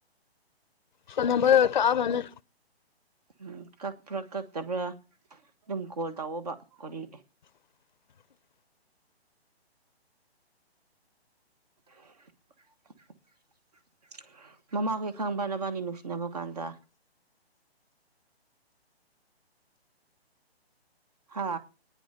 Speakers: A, on the left; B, on the right.
A: ꯐꯣꯟ ꯅꯝꯕꯔ ꯀꯛꯑꯝꯃꯅꯤ
B: ꯎꯝ ꯀꯛꯄ꯭ꯔꯥ ꯀꯛꯇꯕ꯭ꯔꯥ ꯑꯗꯨꯝ ꯀꯣꯜ ꯇꯧꯋꯣꯕ ꯀꯣꯔꯤ
A: <unintelligible>
B: <inaudible> ꯃꯃꯥꯍꯣꯏ ꯈꯪꯕ꯭ꯔꯥ ꯅꯕꯅꯤ ꯅꯨꯡꯁꯤꯅꯕ ꯀꯥꯟꯗ ꯍꯥ